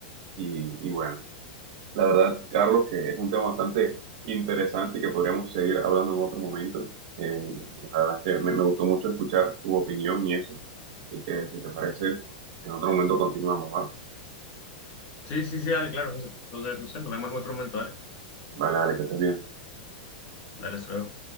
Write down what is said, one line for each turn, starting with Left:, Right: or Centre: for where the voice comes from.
Right: Y, y bueno, la verdad, Carlos, que es un tema bastante interesante y que podríamos seguir hablando en otro momento. Eh, la verdad es que me, me gustó mucho escuchar tu opinión y eso. Así que si te parece, en otro momento continuamos, ¿va?
Left: Sí, sí, sí, dale, claro, José. Entonces, no sé, nos vemos en otro momento, dale.
Right: Vale, dale que estés bien.
Left: Dale, hasta luego.